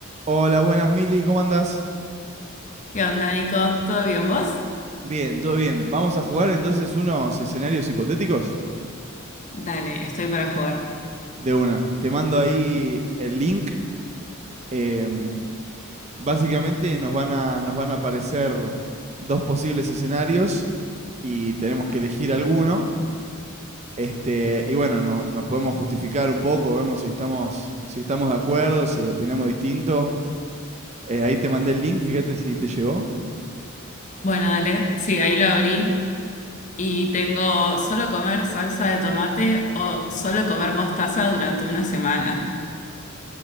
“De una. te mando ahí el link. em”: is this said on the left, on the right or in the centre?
Right